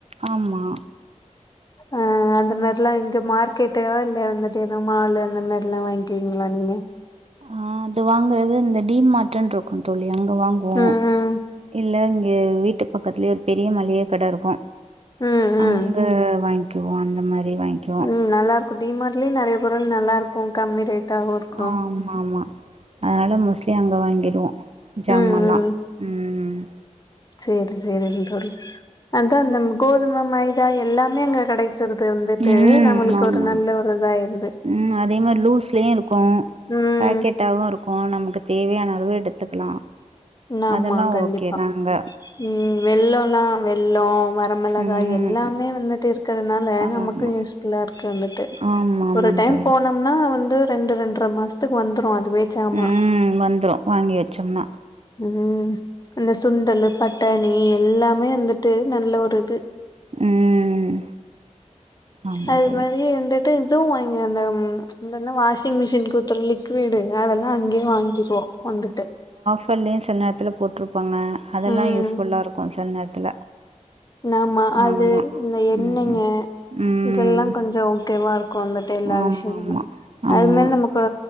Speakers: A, on the right; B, on the left.
A: ஆமா
B: ஆ அ அந்த மாரிலா இங்க மார்க்கெட்டு ஆ இல்ல வந்துட்டு எதோ மால் லு அந்த மாரிலா வாங்கீவீங்களா நீங்க
A: ஆ அது வாங்கறது இந்த டீ மார்ட்ன்னு இருக் கூ தோழி அங்க வாங்குவோ
B: ம் ம்
A: இல்ல இங்க வீட்டு பக்கத்துலெயே ஒரு பெரிய மளிக கட இருக்கு
B: ம் ம்
A: அங்க வாங்க்கிவோ அந்த மாரி வாங்க்கி
B: ம் நல்லா இருக்கு டிமார்ட்லயு நறையா பொருள் நல்லா இருக்கு கம்மி ரேட்டாகவு இருக்
A: ஆமா ஆமா அதனால மோஸ்ட்லி அங்க வாங்கீர்வோ ஜாமா
B: ம்
A: லா
B: ம்
A: ம் ம் ம் ம்
B: சேரி சேரிங் தோழி அதா நம் கோதும மைதா எல்லா மே அங்க கெடைச்சுறுது வந்துட்டு
A: ம்
B: நம்மளுக்கு
A: ஆமா
B: ஒரு நல்ல
A: ஆமா
B: ஒரு இதா ஆயிருது
A: ம் அதே மாரி லூஸ்லெயு இருக்கு
B: ம்
A: பேக்கெட்டாவு இரு க்கு நமக்கு தேவையான அளவு எடுத்துக்கலா
B: ஆமா
A: அதெல்லா
B: கண்டிப்பா
A: ஓகே தாங்க
B: ம் வெள்ளொ எல்லா வெள்ளோ ம வரமிளகாய்
A: ம்
B: எல்லாமே வந்துட்டு இருக்கறனால
A: ஆமா
B: நமக்கு யூஸ் ஃபுல்லா இருக்கு வந்துட்டு
A: ஆமா ஆமாங்
B: ஒரு டைம்
A: தோழி
B: போன நா வந்து ரெண்டு ரெண்டர மாச்த்துக்கு வந்துரு அதுவே வந்துரு சாமா
A: ம் வந்துரு வாங்கி வெச்சோம்னா
B: ம் இந்த சுண்டலு பட்டாணி எல்லாமே வந்துட்டு நல்ல ஒரு இது
A: ம் ஆமா
B: அது
A: தோழி
B: மாரியே வந்துட்டு இதுவு வாங்கிற் அந்த இந்த என்ன வாஷிங் மிஷின்க்கு ஊத்ற லிக் விடு அதெல்லா அங்கெயே வாங்கிற்வோ வந்துட்டு
A: ப்பல்லெயு சில நேரத்துல போட்ருப்பாங்க அதெல்லா
B: ம்
A: யூஸ்ஃபுல்லா இருக்கு சில நேரத்துல
B: நாமா அது
A: ஆமா
B: இந்த எண்ணெங்க
A: ம் ம்
B: இதெல்லா கொஞ்சோ ஓகேவா இருக்கு வந்துட்டு எல்லா
A: ஆமா
B: விஷ்யங்களு
A: ஆமா
B: அது
A: ஆமா
B: மாரி நம்ம இப்போ